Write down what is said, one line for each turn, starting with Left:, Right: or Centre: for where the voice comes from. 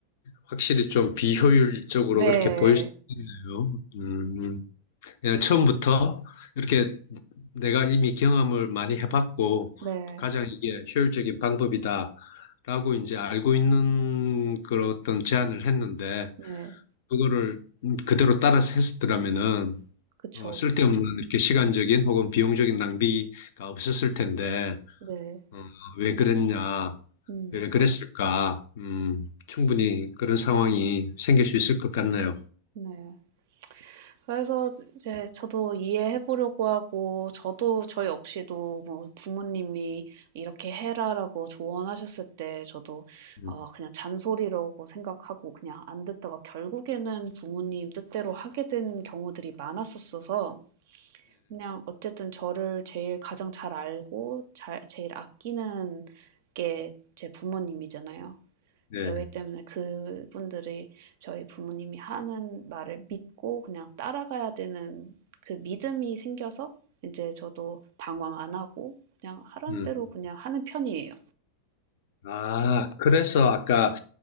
Left: 확실히 좀 비효율적으로
Right: 네.
Left: 그렇게 보일 수 있네요. 음, 음. 그냥 처음부터 이렇게 내가 이미 경험을 많이 해봤고
Right: 네.
Left: 가장 이게 효율적인 방법이다라고 이제 알고 있는 그런 어떤 제안을 했는데
Right: 네.
Left: 그거를 그대로 따라서 했었더라면은
Right: 그쵸.
Left: 어, 쓸데없는 이렇게 시간적인 혹은 비용적인 낭비가 없었을 텐데
Right: 네.
Left: 어, 왜 그랬냐
Right: 음.
Left: 왜 그랬을까? 음, 충분히 그런 상황이 생길 수 있을 것 같네요.
Right: 네. 그래서 이제 저도 이해해 보려고 하고, 저도 저 역시도 뭐 부모님이 이렇게 해라라고 조언하셨을 때 저도
Left: 음,
Right: 어 그냥 잔소리라고 생각하고 그냥 안 듣다가 결국에는 부모님 뜻대로 하게 된 경우들이 많았었어서 그냥 어쨌든 저를 제일 가장 잘 알고 잘, 제일 아끼는 게 제 부모님이잖아요.
Left: 네,
Right: 그러기
Left: 네.
Right: 때문에 그분들이 저희 부모님이 하는 말을 믿고 그냥 따라가야 되는 그 믿음이 생겨서 이제 저도 방황 안 하고 그냥 하라는
Left: 음.
Right: 대로 그냥 하는 편이에요.
Left: 아, 그래서 아까